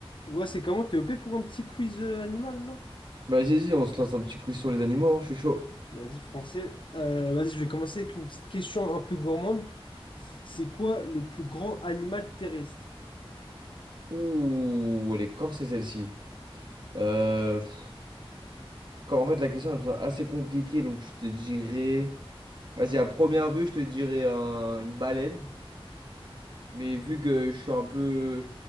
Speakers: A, on the left; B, on the right.
A: Ouais, c'est comment? T'es OP pour un petit quiz euh, animal, là?
B: Bah, vas-y, vas-y, on se lance un petit coup sur les animaux, hein, Je suis chaud.
A: Vas-y, français. Euh, vas-y, je vais commencer avec une petite question un peu gourmande. C'est quoi le plus grand animal terrestre?
B: Ouh, elle est corsée celle-ci. Euh, pff, quand- en fait, la question elle me semble assez compliquée, donc je te dirais. Vas-y, à première vue, je te dirais un- une baleine. Mais vu que je suis un peu.